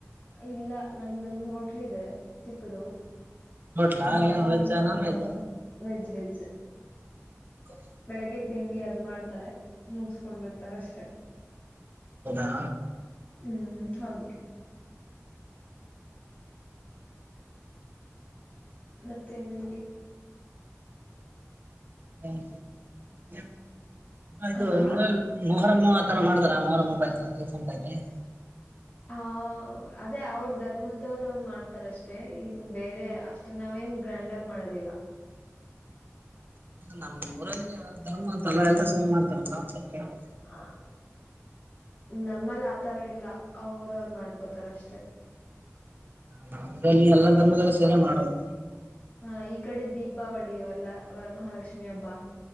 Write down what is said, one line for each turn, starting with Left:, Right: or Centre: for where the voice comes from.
Left: ಇಲ್ಲ ನಮ್ಮದೊಂದು ಹೋಟ್ಲ್ ಇದೆ ಚಿಕ್ಕದು.
Right: ನೋಟ್ಲಾ
Left: ನಮ್ಮ ಪಪ್ಪಾ
Right: ಏನ್ ವೆಜ್
Left: ಅಮ್ಮ
Right: ನಾನ್
Left: ಆ
Right: ವೆಜ್
Left: ವೆಜ್ ವೆಜ್....
Right: <unintelligible>
Left: ಬೆಳಿಗ್ಗೆ ತಿಂಡಿ ಅದು ಮಾಡ್ತಾರೆ ಮುಗಸ್ಕೊಂಡ್ ಬಿಡತಾರೆ ಅಷ್ಟೆ
Right: ಹೌದಾ.....
Left: ಹ್ಮ್ ಹೌದು. ಮತ್ಇನಏನ್ರೀ
Right: ಹ ಅದು
Left: ಹ ಹ
Right: ನಿ <inaudible> ಮೊಹರಂ ಆ ತರ ಮಾಡತರ ಮೊಹರಂ ಬಯತಫೋನ್ದಾಗೆ <unintelligible>
Left: ಹ ಅದೇ ಅವ್ರ ಧರ್ಮದವರು ಅವ್ರು ಮಾಡ್ತಾರ ಅಷ್ಟೇ ಇನ್ ಬೇರೆ ಅಷ್...... ಅದ ನಾವೇನ್ ಗ್ರ್ಯಾಂಡ್ ಆಗ ಮಾಡದಿಲ್ಲ.....
Right: ನಮ್ಮ ಊರಲ್ಲಿ ಧರ್ಮ ಅಂತ ಎಲ್ಲರ ಸೇರಿ ಮಾಡ್ತಾರ ಅಲ್ಲಾ ಅದಕ್ಕೆ ಕೇಳ್ದೆ
Left: ಹ ನಮ್ಮಲ್ಲಿ ಆತರ ಇಲ್ಲ ಅವರ ಅವರು ಮಾಡ್ಕೋತಾರ ಅಷ್ಟೇ..
Right: ನಮ ಊರಲ್ಲಿ ಎಲ್ಲಾ ಧರ್ಮದರ ಸೇರೆ ಮಾಡೋದು.
Left: ಹ ಈ ಕಡೆ ದೀಪಾವಳಿ ಇವೆಲ್ಲ ವರಮಹಾಲಕ್ಷ್ಮಿ ಹಬ್ಬ